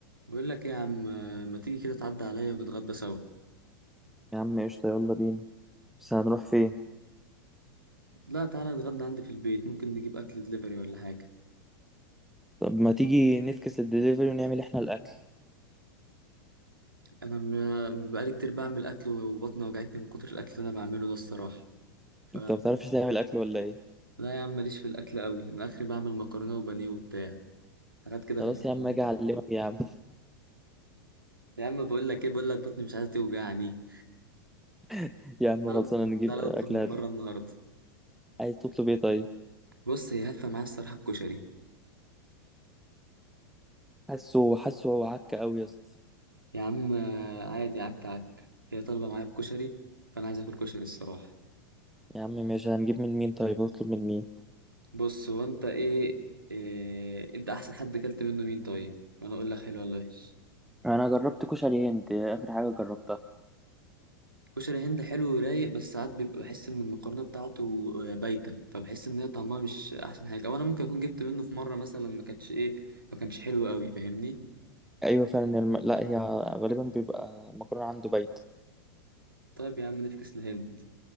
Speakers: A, on the right; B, in the centre.
A: بقول لك إيه يا عم ما تيجي كده تعدي عليا ونتغدى سوا
B: يا عم قشطة يلا بينا بس هنروح فين
A: لا تعالى نتغدى عندي في البيت ممكن نجيب اكل دليفري ولا حاجه
B: طب ما تيجي نفكس للدليفري ونعمل احنا الاكل
A: انا م- بقالي كتير بعمل اكل وبطني وجعتني من كتر الاكل اللي انا بعمله ده الصراحه ف
B: انت ما بتعرفش تعمل اكل ولا ايه
A: لا يا عم ماليش في الاكل قوي انا اخري بعمل مكرونه وبانيه وبتاع حاجات كده
B: خلاص
A: خفيفه
B: يا عم
A: خالص
B: اجي اعلمك يا عم
A: يا عم بقول لك ايه بقول لك بطني مش عايزه توجعني
B: <laughs> يا عم
A: تعالى
B: خلصانه
A: نطلب
B: نجيب
A: تعالى
B: اكل
A: نطلب من
B: هات-
A: بره النهارده
B: عايز تطلب ايه طيب
A: بص هي هفه معايا الصراحه بكشري
B: حاسه حاسه هو عك قوي يا اسطى
A: يا عم آه، عادي عك عك هي طالبه معايا بكشري فانا عايز اكل كشري الصراحه
B: يا عم ماشي هنجيب من مين طيب هطلب من مين
A: بص هو انت ايه, إيه انت احسن حد اكلت منه مين طيب وانا اقول لك حلو ولا وحش
B: انا جربت كشري هند آخر حاجة جربتها
A: كشري هند حلو ورايق بس ساعات بيبقى بحس ان المقارنه بتاعته آه، بايته فبحس ان هي طعمها مش احسن حاجه او انا ممكن اكون جبت منه في مره مثلا ما كانتش ايه ما كانش حلو قوي فاهمني
B: ايوه فعلا الم... لا هي غالبا بيبقى مكرونه عنده بايت
A: طيب يا عم نفكس لهند